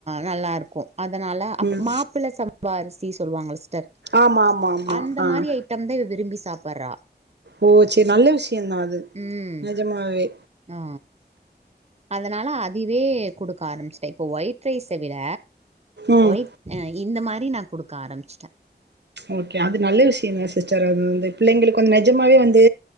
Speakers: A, on the right; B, on the right.
A: நல்லாருக்கு அதனால அப்
B: ம்
A: மாப்பிள்ள சம் பா அரிசி சொல்லுவாங்கள சிஸ்டர்
B: ஆமா ஆமா ஆமா
A: அந்த
B: ஆ
A: மாரி ஐட்டம் தா இவ விரும்பி சாப்பட்றா
B: ஓ செரி நல்ல விஷயந்தா அது
A: ம்
B: நெஜமாவே
A: ஆ அதனால அதுவே குடுக்க ஆரம்மிச்சுட்ட இப்ப ஒயிட் ரைஸ்ச விட
B: ம்
A: ஒயிட் ஆ இந்த மாரி நா குடுக்க ஆரம்மிச்சிட்ட
B: ஓகே அது நல்ல விஷயோ தா சிஸ்டர் அது வந்து பிள்ளைங்களுக்கு வந்து நெஜமாவே வந்து